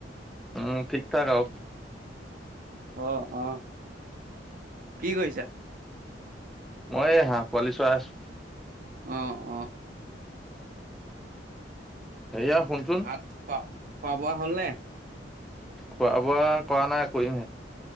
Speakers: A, in the centre; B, on the right.
A: উম ঠিক ঠাক আও
B: আহ আহ, কি কৰিছা?
A: মই এ হাঁহ পোৱালি চয়াইছো।
B: অ, অ।
A: হেয়া শুনচোন
B: ভাত খোৱা খোৱা বোৱা হ'লনে?
A: খোৱা বোৱা কৰা নাই কৰিমহে